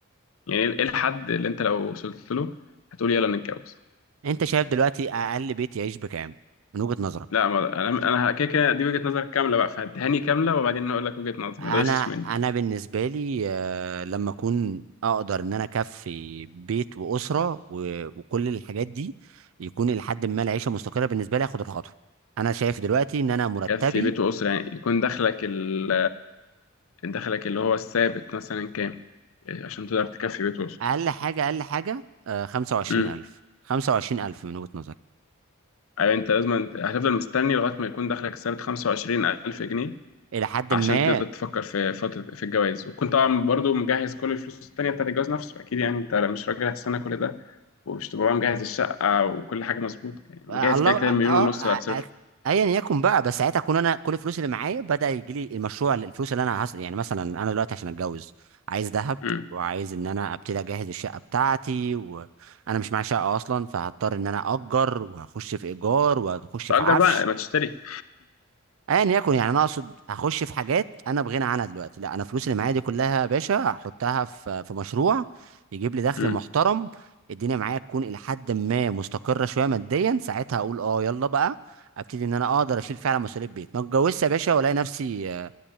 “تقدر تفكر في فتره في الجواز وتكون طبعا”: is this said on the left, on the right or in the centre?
Left